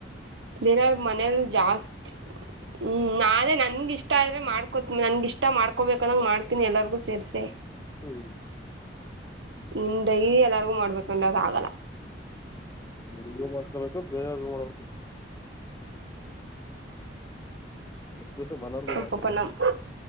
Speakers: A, on the right; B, on the left.
A: ದಿನ ಇವ್ರ್ ಮನೇಯಲಿ ಜಾಸ್ತಿ ಹ್ಮ್ ನಾಳೆ ನನ್ನಿಷ್ಟ ಇಷ್ಟ ಆದ್ರೆ ಮಾಡ್ಕೋತ ನಂಗ್ ಇಷ್ಟ ಮಾಡ್ ಹಾಕೋಬೇಕ ಅಂದಂಗ್ ಮಾಡ್ತಿನಿ ಎಲ್ಲರಿಗೂ ಸೇರಿಸಿ.
B: ಹ್ಮ್
A: ಇನ್ ಡೈಯಿ ಎಲ್ಲಾರ್ಗು ಮಾಡಬೇ ಇವಾಗ್ ಕೊಂಡದ ಆಗಲ್ಲ.
B: ನಿಂಗು ಮಾಡ್ಕೊಬೇಕು ಬೇರೆಯವ್ರಗೂ ಮಾಡ್ಬೇಕು. ಎಕ್ಸ್ಪ್ರೆಸ್ ಮನೋರ್ಗೂ ಮಾಡ್ಕೊಡ್ಬೇಕು
A: ಸ್ವಪ ನಮ್ಮ